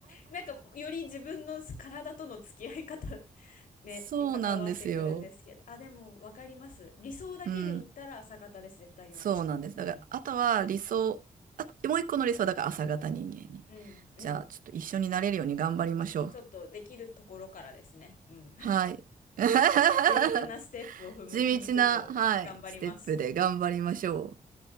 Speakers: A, on the left (about 75°); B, on the right (about 85°).
A: なんかより自分の体との付き合い方、<laughs> ね、
B: そうなんですよ。
A: に関わってくるんですけどあでも分かります理想だけで言ったら朝方です絶対に私も、
B: うん。そうなんです。
A: うん、
B: だから、あとは理想、あと、もう一個の理想はだから朝型人間に。
A: うんうん
B: じゃあ、ちょっと一緒になれるように頑張りましょう。
A: ちょっとできるところからですねうん
B: はい。<laughs>
A: 地道なステップを踏む踏みつつ頑張ります。
B: 地道な、はい、ステップで頑張りましょう。